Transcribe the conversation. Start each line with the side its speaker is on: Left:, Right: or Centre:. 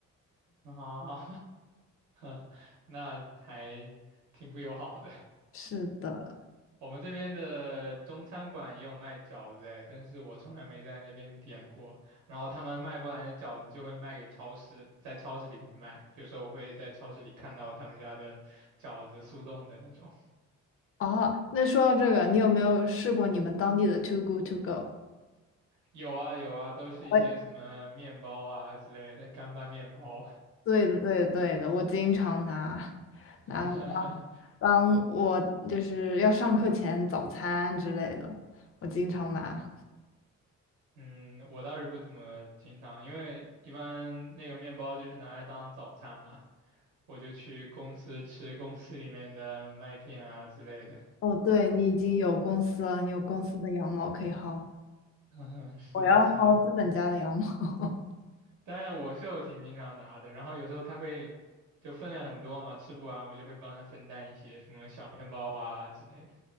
Right: 啊，<laughs> 那还挺不友好的。
Left: 是的，
Right: 我们这边的中餐馆也有卖饺子哎，但是我从来没在那边点过。然后他们卖不完的饺子就会卖给超市，在超市里面卖。有时候我会在超市里看到他们家的饺子速冻的那种。
Left: 哦，那说到这个，你有没有试过你们当地的 Too Good To Go？
Right: 有啊有啊，都是一些什么面包啊之类的干拌面包。
Left: 我对的，对的，对的，我经常拿拿来当
Right: <laughs>
Left: 当我就是要上课前早餐之类的，我经常拿。
Right: 嗯，我倒是不怎么经常，因为一般那个面包就是拿来当早餐嘛，我就去公司吃公司里面的麦片啊之类的。
Left: 哦，对，你已经有公司了，你有公司的羊毛可以薅，
Right: <laughs> 嗯，是的，
Left: 我要薅资本家的羊毛。
Right: 是的。
Left: <laughs>
Right: 当然我是有挺经常拿的，然后有时候他会就分量很多嘛，吃不完我就会帮他分担一些什么小面包啊之类的。